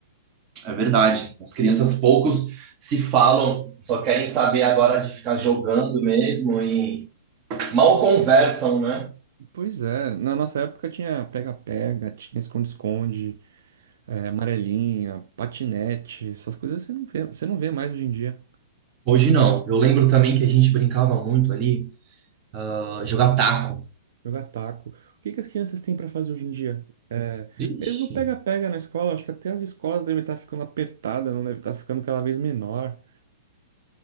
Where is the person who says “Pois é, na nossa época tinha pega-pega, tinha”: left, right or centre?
Right